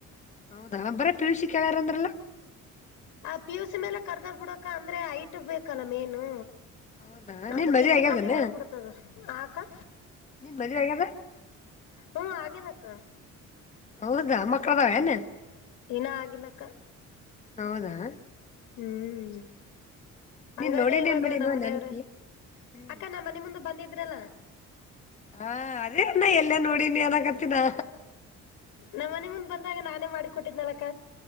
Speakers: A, on the left (about 25°); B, on the left (about 90°).
A: ಹೌದಾ ಬರೇ ಪಿ ಯು ಸಿ. ಕೇಳ್ಯಾರ್ ಅಂದ್ರ ಅಲ್ಲಾ.
B: ಆ ಪಿ ಯುಸಿ ಮೇಲೆ ಕರ್ದರ್ ಬಿಡಕ ಅಂದ್ರೆ ಹೈಟ್ ಬೇಕಲ್ಲ ಮೇನು.
A: ಹೌದಾ
B: ನಮ್ದು
A: ನಿನ್ ಮದ್ವೆ
B: ಫಿಸಿಕಲಿ
A: ಆಗ್ಯದನ
B: ಹೋಗ್ಬಿಡ್ತದ ಆ ಆಕಾ.
A: ನಿನ್ ಮದ್ವೆ ಆಗ್ಯದ
B: ಹ್ಮ ಆಗೆದ ಅಕ್ಕಾ.
A: ಹೌದಾ ಮಕ್ಕಳ ಅದಾವ ಏನ್.
B: ಇನ ಆಗಿಲ್ಲಕ್ಕ.
A: ಹೌದಾ.
B: ಹ್ಮ್. ಹಂಗಾಗಿ
A: ನೀನ್ ನೋಡಿನ್
B: ಇವಾಗ
A: ಏನ್ ಮಾಡಿಲ್ವಾ
B: ನಮ್ಮ್ ಮನೆಯವ್ರ
A: ನೆನಪಿ ಹ್ಮ್
B: ಅಕ್ಕ ನಮ್ಮ್ ಮನೆ ಮುಂದೆ ಬಂದಿದ್ರಲ್ಲ.
A: ಹಾ ಅದೇತ್ನ ಎಲ್ಲೇ ನೋಡ ನೀ ಏನಕತಿನ ನಾ.
B: ನಮ್ಮ ಮನೆ ಮುಂದ್ ಬಂದಾಗ ನಾನೇ ಮಾಡಿ ಕೊಟ್ಟಿದ್ನಲಕ್ಕ.